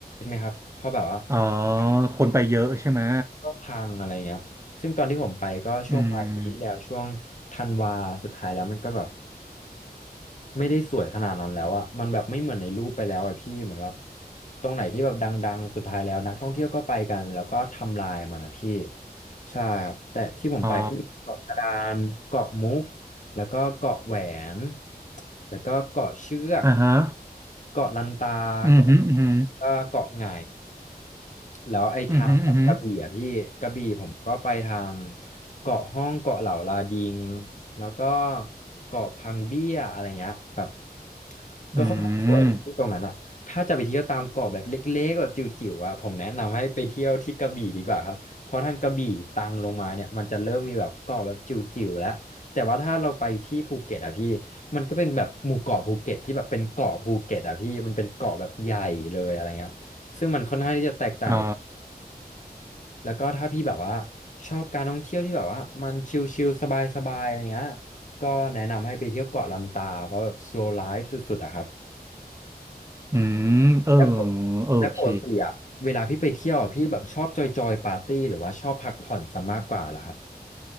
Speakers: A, on the left (about 50°); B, on the right (about 15°).
A: ครับเพราะแบบว่า
B: <laughs> อ๋อคนไปเยอะใช่ไหม
A: เดี๋ยวก็พังอะไรเงี้ยซึ่งตอนที่ผมไปก็ช่วงปลายปีที่แล้วช่วงธันวาสุดท้ายแล้วมันก็แบบ
B: อืม
A: ไม่ได้สวยขนาดนั้นแล้วอะ มันแบบไม่เหมือนในรูปไปแล้วอะพี่เหมือนแบบตรงไหนที่แบบดังๆสุดท้ายแล้วนักท่องเที่ยวก็ไปกันแล้วก็ทำลายมันอะพี่ ใช่ครับ แต่ที่ผมไปก็มีเกาะกระดานเกาะมุก
B: อ๋อ
A: แล้วก็เกาะแหวนแล้วก็เกาะเชือก
B: อ่าฮะ
A: เกาะลันตาเกาะ
B: อืมฮึอืมฮึ
A: ก็เกาะไหงแล้วไอ้ทางกระบี่อะพี่กระบี่ผมก็ไปทาง
B: อืมฮึอืมฮึ
A: เกาะห้องเกาะเหล่าลาดิงแล้วก็เกาะพังเบี้ยอะไรเงี้ยแบบก็ค่อนข้างสวยเลยที่ตรงนั้นอ่ะถ้าจะไปเที่ยวตามเกาะแบบเล็กๆแบบจิ๋วๆอ่ะผมแนะนำให้ไปเที่ยวที่กระบี่ดีกว่าครับเพราะทางกระบี่ตังลงมาเนี่ยมันจะเริ่มมีแบบเกาะแบบจิ๋วๆแล้ว
B: อืม
A: แต่ว่าถ้าเราไปที่ภูเก็ตอะพี่มันก็เป็นแบบหมู่เกาะภูเก็ตที่แบบเป็นเกาะภูเก็ตอะพี่มันเป็นเกาะแบบใหญ่เลยอะไรเงี้ยซึ่งมันค่อนข้างที่จะแตกต่าง
B: อ๋อ
A: แล้วก็ถ้าพี่แบบว่าชอบการท่องเที่ยวที่แบบว่ามันชิลๆสบายๆอะไรเงี้ยก็แนะนำให้ไปเที่ยวเกาะลันตาเพราะแบบ slow life สุดๆอะครับ
B: อืมเออ
A: แล้วปก
B: โอเค
A: แล้วปกติอะเวลาพี่ไปเที่ยวอะพี่แบบชอบจอยๆปาร์ตี้หรือว่าชอบพักผ่อนซะมากกว่าเหรอครับ